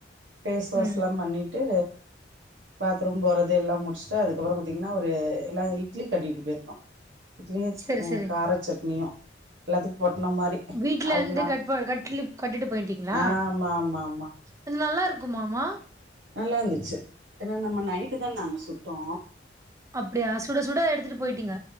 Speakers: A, on the right; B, on the right.
A: ஃபேஸ் வாஷ்
B: ம்
A: எல்லா பண்ணீட்டு பாத்ரூம் போறது எல்லாம் முடிச்சிட்டு அதுக்கப்றோ பாத்தீங்கன்னா ஒரு எல்லா இட்லி கட்டிட்டு போயிருந்தோ இட்லியு
B: சரி
A: அ
B: சரி
A: கார சட்னியு எல்லாத்துக்கு பொட்டன மாரி
B: வீட்ல
A: ஆளுக்கு
B: இருந்து
A: நா
B: கட் கட்லி கட்டிட்டு போயிட்டீங்களா
A: ஆ ஆமா ஆமா ஆமா
B: அது நல்லா இருக்குமா மா
A: நல்லா இருந்துச்சு ஏனா நம்ம நைட்டு தா நாங்க சுட்டோ
B: அப்டியா சுட சுட எடுத்துட்டு போயிட்டீங்க